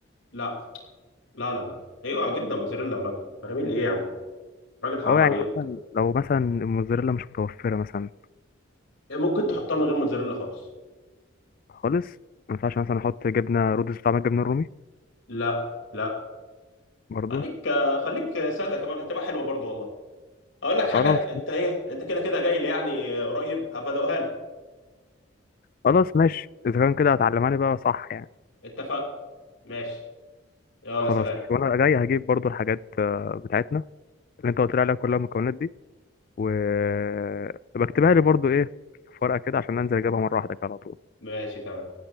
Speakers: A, on the left; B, on the left.
A: لا لا لا لا لا. هي اوعى جبنه موتزاريلا يا راجل براميل ايه يا عم راجل حرام
B: اه
A: عليك
B: يعني مثلا لو مثلا الموزاريلا مش متوفرة مثلا
A: يعني ممكن تحطها من غير موتزاريلا خالص
B: خالص ما ينفعش مثلا احط جبنة رودس بتاع الجبنة الرومي
A: لا لا
B: برضه
A: خليك خليك ساده كمان هتبقى حلوه برضو والله اقول لك حاجه
B: خلاص
A: انت ايه انت كده كده جاي لي يعني قريب هبدأها لك
B: خلاص ماشي اذا كان كده هتعلمها لي بقى صح يعني
A: اتفقنا ماشي يلا
B: خلاص
A: سلام
B: ماشي وانا جاي هجيب برضو الحاجات آه، بتاعتنا اللي انت قلت لي عليها كلها المكونات دي وبكتبها لي برضو ايه في ورقة كده عشان انزل اجيبها مرة واحدة كده على طول
A: ماشي تمام